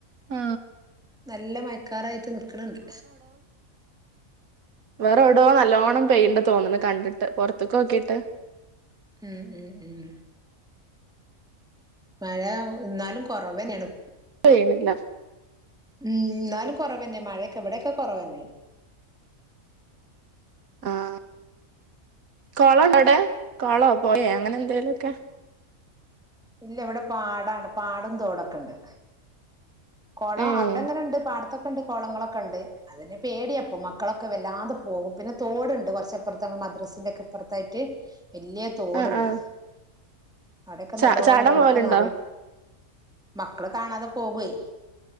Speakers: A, on the right; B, in the centre.
A: മ്
B: നല്ല മയക്കാറായിട്ട് നിക്ക്ണണ്ട്
A: വേറെവ്ടോ നല്ലോണ്ണം പെയിണ്ട് തോന്ന്ണ് കണ്ടിട്ട് പുറത്ത് കോക്കിട്ട്.
B: ഉം ഉം ഉം മഴ എന്നാലും കുറവ് തന്നൊണ്.
A: പെയ്യ്ണില്ല
B: ഉം എന്നാലും കൊറവന്നെ മഴയൊക്കെ ഇവിടെയൊക്കെ കൊറവന്നേ
A: ആഹ് കോളോഉണ്ടോഅവിടെ? കോളോ പെഴേ അങ്ങനെ എന്തേലുംക്കെ
B: ഇല്ല ഇവിടെ പാടാണ്. പാടും തോടൊക്കെയുണ്ട്. കേളം
A: ഉം
B: അവിടെങ്ങനെുണ്ട് പാടത്തൊക്കെ ഉണ്ട് കുളങ്ങളൊക്കെ ഉണ്ട്. അതിനെ പേടിയപ്പ മക്കളൊക്കെ വല്ലാതെ പോകും. പിന്നെ തോടുണ്ട് കുറച്ചപ്പുറത്ത് മദ്രസിന്റെറെ ഒക്കെ ഇപ്പുറത്തായിട്ട്. വെല്ല്യയ തോടുണ്ട്
A: ആ ആ
B: അവിടെക്കെ
A: ച
B: നല്ലോണ്ണം
A: ചാടാൻ
B: വെള്ളക്കെന്നറയും.
A: പോവലുണ്ടോ
B: മക്കള് കാണാതെ പോകേയ്